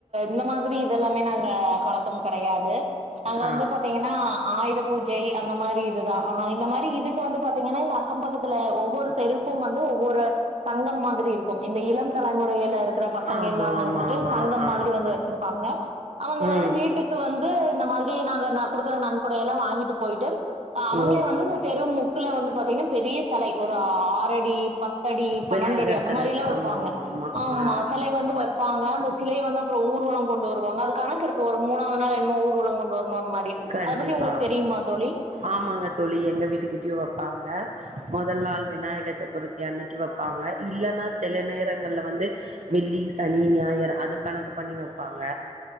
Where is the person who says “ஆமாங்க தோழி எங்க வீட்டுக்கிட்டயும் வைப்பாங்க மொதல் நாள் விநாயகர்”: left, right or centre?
Right